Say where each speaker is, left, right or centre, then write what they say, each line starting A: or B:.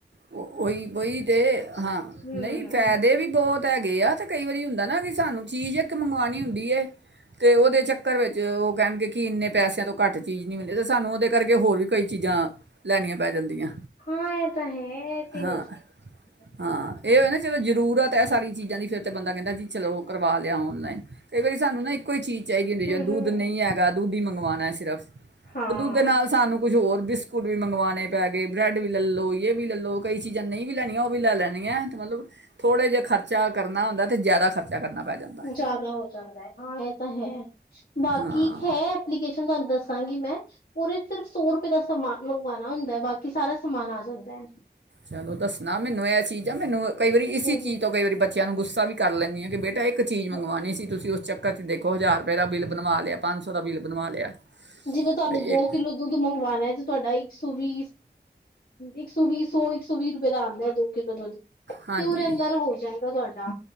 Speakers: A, on the right (about 85°); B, on the left (about 55°).
A: ਓਹੀ- ਓਈ ਤੇ ਹਾਂ
B: ਹੂੰ
A: ਨਹੀਂ ਫਾਇਦੇ ਵੀ ਬਹੁਤ ਤਾਂ ਹੈਗੇ ਆ ਤੇ ਕਈ ਵਾਰੀ ਹੁੰਦਾ ਨਾ ਕਿ ਸਾਨੂੰ ਚੀਜ਼ ਇੱਕ ਮੰਗਵਾਉਣੀ ਹੁੰਦੀ ਹੈ ਤੇ ਉਹਦੇ ਚੱਕਰ ਵਿੱਚ ਉਹ ਕਹਿਣਗੇ ਕਿ ਇੰਨੇ ਪੈਸਿਆਂ ਤੋਂ ਘੱਟ ਚੀਜ਼ ਨਹੀਂ ਮਿਲੇ ਤਾਂ ਸਾਨੂੰ ਉਹਦੇ ਕਰਕੇ ਹੋਰ ਵੀ ਕਈ ਚੀਜ਼ਾਂ ਲੈਣੀਆਂ ਪੈ ਜਾਂਦੀਆਂ
B: ਹਾਂ ਐ ਤਾਂ ਹੈ। ਏ ਤਾਂ
A: ਹਾਂ
B: ਹੋ ਸਕਦਾ
A: ਹਾਂ ਇਹ ਹੋਏ ਨਾ ਚਲੋ ਜ਼ਰੂਰਤ ਐ ਸਾਰੀ ਚੀਜ਼ਾਂ ਦੀ। ਫਿਰ ਤਾਂ ਬੰਦਾ ਕਹਿੰਦਾ ਜੀ, ਚਲੋ ਉਹ ਕਰਵਾ ਲਿਆ ਔਨਲਾਈਨ। ਕਈ ਵਾਰੀ ਸਾਨੂੰ ਨਾ ਇੱਕੋ ਈ ਚੀਜ਼ ਚਾਹੀਦੀ ਹੁੰਦੀ ਜਿਵੇਂ
B: ਹੂੰ-ਹੂੰ
A: ਦੁੱਧ ਨਹੀਂ ਹੈਗਾ। ਦੂਧ ਈ ਮੰਗਵਾਣਾ ਸਿਰਫ਼।
B: ਹਾਂ।
A: ਦੁੱਧ ਦੇ ਨਾਲ ਸਾਨੂੰ- ਕੁੱਝ ਹੋਰ ਬਿਸਕੁਟ ਵੀ ਮੰਗਵਾਣੇ ਪੈ ਗਏ। ਬ੍ਰੈੱਡ ਵੀ ਲੈ ਲਓ। ਕਈ ਚੀਜ਼ਾਂ ਨਈ ਵੀ ਲੈਣੀਆਂ ਉਹ ਵੀ ਲੈ ਲੈਣੀਆਂ ਤੇ ਮਤਲਬ ਥੋੜ੍ਹਾ ਜਿਹਾ ਖਰਚਾ ਕਰਨਾ ਹੁੰਦਾ ਤੇ ਜਾਦਾ ਖਰਚਾ ਕਰਨਾ ਪੈ ਜਾਂਦਾ ਹੈ
B: ਜ਼ਿਆਦਾ ਹੋ ਜਾਂਦਾ ਐ ਹਾਂ ਏ ਤਾਂ ਹੈ। ਬਾਕੀ
A: ਹਾਂ
B: ਹੈ ਐਪਲੀਕੇਂਸ਼ਨ ਤਾਨੂੰ ਦੱਸਾਂਗੀ ਮੈਂ। ੳਦੇ ਚ ਸਿਰਫ ਸੋ ਰੁਪਏ ਦਾ ਸਮਾਨ ਮੰਗਵਾਣਾ ਹੁੰਦਾ। ਹੈ ਬਾਕੀ ਸਾਰਾ ਸਮਾਨ ਆ ਜਾਂਦਾ ਐ।
A: ਚਲੋ ਦੱਸਣਾ ਮੈਨੂੰ ਇਹ ਚੀਜ਼ ਦਾ। ਮੈਨੂੰ ਕਈ ਵਾਰੀ ਇਸੀ
B: ਹਮ,
A: ਚੀਜ਼ ਤੋਂ ਕਈ ਵਾਰੀ ਬੱਚਿਆਂ ਨੂੰ ਗੁੱਸਾ- ਵੀ ਕਰ ਲੈਂਦੀ ਆਂ ਕਿ ਬੇਟਾ ਇੱਕ- ਇੱਕ ਚੀਜ਼ ਮੰਗਵਾਣੀ
B: ਹਾਂ।
A: ਸੀ ਤੁਸੀਂ ਉਸ ਚੱਕਰ- ਚਕਰ ਚ ਦੇਖੋ ਹਜ਼ਾਰ ਰੁਪਏ ਦਾ ਬਿੱਲ ਬਣਵਾ ਲਿਆ ਪੰਜ ਸੌ ਦਾ ਬਿੱਲ ਬਣਵਾ ਲਿਆ।
B: ਜਿਵੇਂ ਤੁਹਾਨੂੰ
A: ਇੱਕ
B: ਦੋ ਕਿੱਲੋ ਦੁੱਧ ਮੰਗਵਾਉਣਾ ਹੈ ਤੇ ਤੁਹਾਡਾ ਇੱਕ ਸੌ ਵੀ ਇੱਕ ਸੌ ਵੀਹ ਸੌ ਇੱਕ ਸੌ ਵੀਹ ਰੁਪਏ ਦਾ ਆਂਦਾ ਏ ਦੋ। ਦੁੱਧ ਤੇ
A: ਹਾਂਜੀ
B: ਉਰੇ ਅੰਦਰ ਹੋ ਜਾਏਗਾ ਤੁਆਡਾ